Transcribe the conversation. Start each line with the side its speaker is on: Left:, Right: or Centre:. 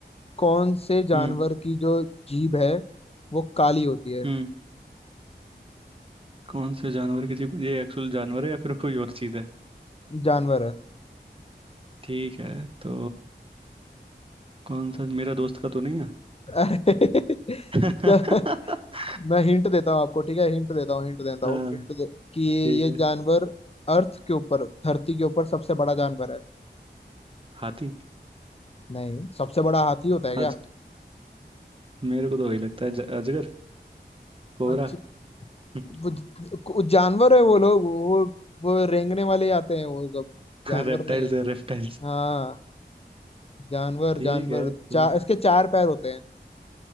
Left: कौन से जानवर
Right: हम्म
Left: की जो जीभ है वो काली होती है
Right: हम्म कौन से जानवर किसी को ये एक्चुअल जानवर है या फिर कोई और चीज़ है
Left: जानवर है
Right: ठीक है तो कौन सा मेरा दोस्त का तो नहीं है
Left: <laughs> अरे
Right: <laughs>
Left: चल, मैं हिंट देता हूँ आपको ठीक है हिंट देता हूँ हिंट देता हूँ
Right: हाँ
Left: हिंट दे, कि
Right: ठीक
Left: ये
Right: है
Left: जानवर अर्थ के ऊपर धरती के ऊपर सबसे बड़ा जानवर है
Right: हाथी
Left: नहीं सबसे बड़ा हाथी होता है क्या
Right: आज मेरे को तो वही लगता है ज- अजगर कोबरा
Left: आज
Right: <laughs>
Left: वो वो जानवर है वो लोग वो वो रेंगने वाले आते हैं वो सब जानवर
Right: रेप्टाइल्स
Left: नहीं है
Right: है रेप्टाइल्स
Left: हाँ जानवर
Right: ठीक
Left: जानवर
Right: है तो
Left: चार इसके चार पैर होते हैं